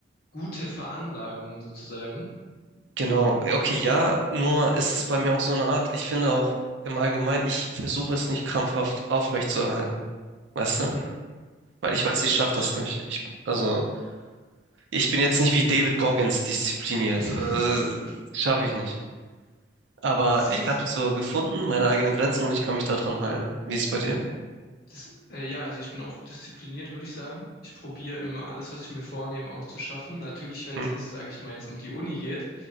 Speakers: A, on the left (about 50°); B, on the right (about 75°).
A: gute Veranlagung sozusagen.
B: Genau.
A: Ja,
B: Okay, ja, nur ist es bei mir auch so eine Art, ich finde auch im Allgemeinen, ich versuche es nicht krampfhaft aufrechtzuerhalten. Weißt
A: mhm.
B: du? Weil
A: Ja,
B: ich weiß,
A: ich,
B: ich
A: ich
B: schaffe
A: verstehe.
B: das nicht. Ich, also, ich bin jetzt nicht wie David Goggins diszipliniert.
A: <laughs>
B: Also, schaffe ich nicht. Aber
A: Das Ding
B: ich
A: ist,
B: habe so gefunden, meine eigenen Grenzen und ich kann mich daran halten. Wie ist es bei dir?
A: Das, äh, ja, also ich bin auch diszipliniert, würde ich sagen. Ich probiere immer alles, was ich mir vornehme, auch zu schaffen. Natürlich, wenn
B: Hm?
A: es jetzt, sage ich mal, jetzt um die Uni geht